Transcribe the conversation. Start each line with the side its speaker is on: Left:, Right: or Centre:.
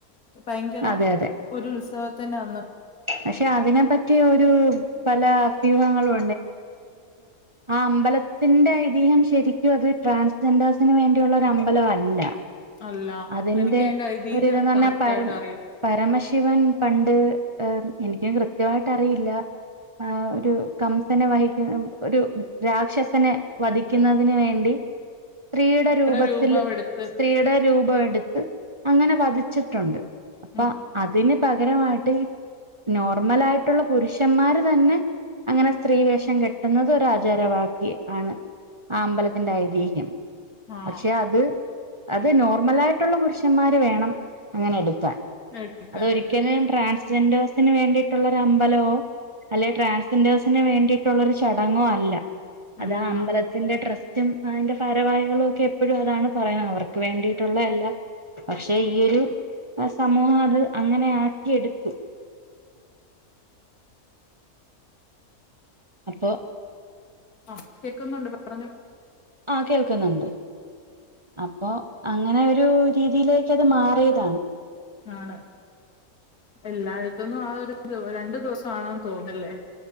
Left: ഭയങ്കര
Right: അതെ അതെ
Left: ഒരു ഉത്സവ തന്നെന്ന്
Right: പക്ഷെ അതിനെപ്പറ്റി ഒരു പല അഭ്യൂഹങ്ങളും ആ അലത്തിന്റെ ശ ്രെ വ അമ്പലംല്ല
Left: അല്ല
Right: അതിന്റെ
Left: എനിക്ക് ഐതിഹ്യം
Right: ഒരിതന്ന് പറഞ്ഞാ
Left: കറക്റ്റ്
Right: പരം
Left: ആയിട്ട് അറിയും
Right: പരമ ശിവൻ പണ്ട് എനിക്കും കൃത്യമായിട്ട് അറിയില്ല ആ ഒരു കംസനെ വഹിക്കുന്ന ഒരു രാക്ഷസനെ വധിക്കുന്നതിന് വേണ്ടി സ്ത്രീയുടെ രൂപത്തി
Left: രൂപം എടുത്ത്
Right: സ്ത്രീയുടെ രൂപ എടുത്ത് അങ്ങനെ വധിച്ചിട്ടുണ്ട് അപ്പൊ
Left: ഉം
Right: അതിന് പകരമായിട്ട് നോർമല ആയിട്ടുള്ള പുരുഷന്മാര് തന്നെ അങ്ങനെ സ്ത്രീ വേഷം കെട്ടുന്നത് ഒരു ആചാരവാക്ി ആണ് ആ അമ്പലത്തിന്റെ ഐതിഹ്യം
Left: ആഹ്
Right: പക്ഷെ അത് അത് നോർമല ആായിട്ടുള്ള പുരുഷന്മാര് വേണം അങ്ങനെ എടുക്കാൻ
Left: എടുക്കാന്
Right: അതൊരിക്കലും ട്രാൻസ്ജെൻഡേഴ്സിന് വേണ്ടിയിട്ടുള്ളൊ ഒരു അമ്പലമോ അല്ലെ ട്രൻസ്ജെൻഡേഴ്സിന് വേണ്ടിയിട്ടുള്ള ഒരു ചടങ്ങും അല്ല അതാ
Left: അല്ല
Right: അമ്പലത്തിന്റെ ട്രസ്റ്റും അതിന്റെ പാരവാഹികളും ഒക്കെ എപ്പോഴും അതാണ് പറയുന്നത് അവർക്ക് വേണ്ടിയിട്ടുള്ള എല്ലാ പക്ഷെ ഈൊ ഒരു സമൂഹം അത് അങ്ങനെ ആക്കിയെടുത്തു അപ്പൊ
Left: ആഹ കേക്കുന്നുണ്ട് പറഞ്ഞു
Right: ആ കേൾക്കുന്നുണ്ട് അപ്പൊ അങ്ങനെ ഒരു രീതിയിലേക്ക് അത് മാറിയതാണ്
Left: ആണ് എല്ലായിടത്തന്നും ആ ഒരു രണ്ടു ദിവസമാണെന്ന് തോന്നല്ലേ